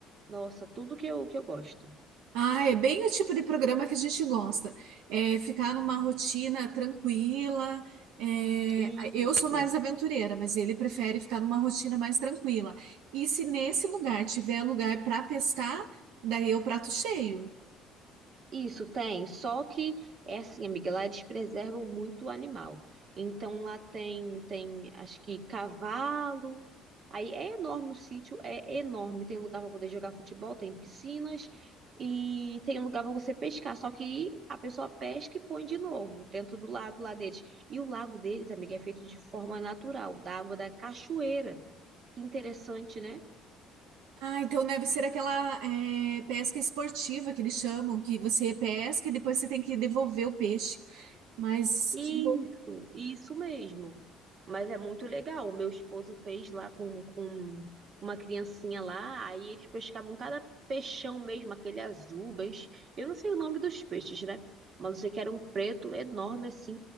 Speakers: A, on the right; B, on the right.
A: Nossa, tudo que eu, que eu gosto.
B: Ah, é bem o tipo de programa que a gente gosta. É ficar numa rotina tranquila. é,
A: Isso,
B: eu sou mais aventureira, mas ele prefere ficar numa rotina mais tranquila. E se nesse lugar tiver lugar para pescar, daí é o prato cheio.
A: isso tem. Só que é assim, amiga, lá eles preservam muito o animal. Então lá tem, tem, acho que cavalo. Aí é enorme o sítio, é enorme. Tem lugar para poder jogar futebol, tem piscinas e tem um lugar para você pescar. Só que a pessoa pesca e põe de novo dentro do lago lá deles. E o lago deles, amiga, é feito de forma natural, da água da cachoeira. Que interessante, né?
B: Ah, então deve ser aquela é, pesca esportiva que eles chamam, que você pesca e depois você tem que devolver o peixe. Mas
A: Isso,
B: que bom,
A: isso mesmo. Mas é muito legal. O meu esposo fez lá com, com uma criancinha lá, aí eles pescavam cada peixão mesmo, aquele azul, mas eu não sei o nome dos peixes, né? Mas eu sei que era um preto enorme assim